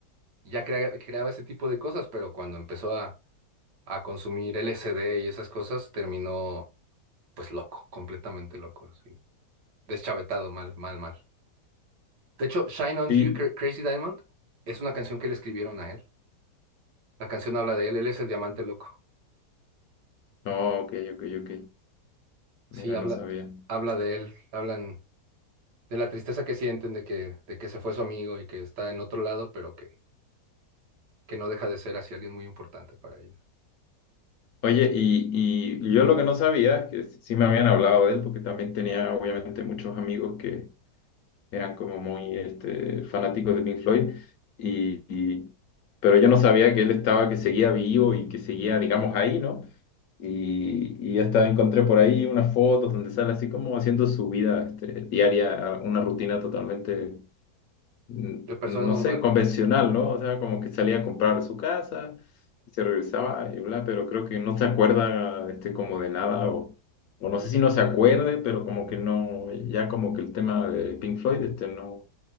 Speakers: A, on the right (about 75°); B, on the left (about 70°).
A: ya crea- creaba ese tipo de cosas, pero cuando empezó a, a consumir L S D y esas cosas, terminó pues loco, completamente loco, sí. Deschavetado, mal, mal, mal. De hecho, Shine on
B: Sí,
A: You, Cra- Crazy Diamond, es una canción que le escribieron a él. La canción habla de él, él es el diamante loco.
B: no, ok, ok, ok.
A: Sí,
B: Mira,
A: habla,
B: no sabía.
A: habla de él, hablan de la tristeza que sienten de que, de que se fue su amigo y que está en otro lado, pero que, que no deja de ser así alguien muy importante para ellos.
B: Oye, y, y yo lo que no sabía, que sí me habían hablado de él, porque también tenía obviamente muchos amigos que eran como muy este, fanáticos de Pink Floyd, y, y- pero yo no sabía que él estaba, que seguía vivo y que seguía, digamos, ahí, ¿no? Y, y hasta encontré por ahí unas fotos donde sale así como haciendo su vida este, diaria, una rutina totalmente mm,
A: de persona
B: no
A: normal.
B: sé, convencional, ¿no? O sea, como que salía a comprar a su casa y se regresaba y bla, pero creo que no se acuerda este, como de nada o, o no sé si no se acuerde, pero como que no, ya como que el tema de Pink Floyd, este, no,